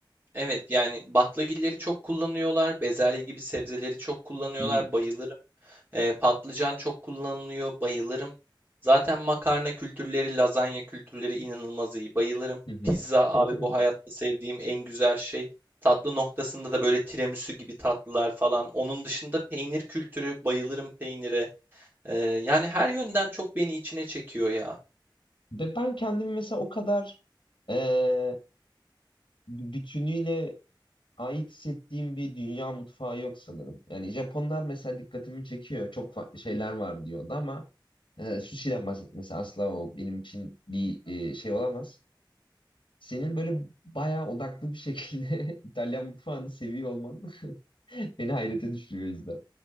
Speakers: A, on the right; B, on the left.
A: Evet yani baklagilleri çok kullanıyorlar. Bezelye gibi sebzeleri çok kullanıyorlar.
B: Hı hı,
A: Bayılırım. Ee, patlıcan çok kullanılıyor. Bayılırım. Zaten makarna kültürleri, lazanya kültürleri inanılmaz iyi. Bayılırım.
B: hı hı.
A: Pizza abi
B: <laughs>
A: bu hayatta sevdiğim en güzel şey. Tatlı noktasında da böyle tiramisu gibi tatlılar falan. Onun dışında peynir kültürü. Bayılırım peynire. Ee, yani her yönden çok beni içine çekiyor ya.
B: Ve ben kendimi mesela o kadar e, bütünüyle ait hissettiğim bir dünya mutfağı yok sanırım. Yani Japonlar mesela dikkatimi çekiyor. Çok farklı şeyler var diyordu ama e, sushi'den bahsetmesi asla o benim için bir e, şey olamaz. Senin böyle bayağı odaklı bir şekilde <laughs> İtalyan mutfağını seviyor olman <laughs> beni hayrete düşürüyor o yüzden.